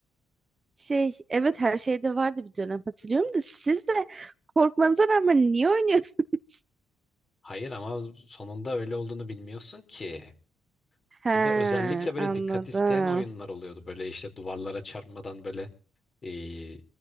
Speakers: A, on the right (about 30°); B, on the left (about 30°).
A: Şey, evet her şeyde vardı bir dönem hatırlıyorum da siz de korkmanıza rağmen niye oynuyorsunuz?
B: hayır ama sonunda öyle olduğunu bilmiyorsun ki.
A: <laughs> He,
B: Bir de özellikle böyle
A: anladım.
B: dikkat isteyen oyunlar oluyordu. Böyle işte duvarlara çarpmadan böyle e,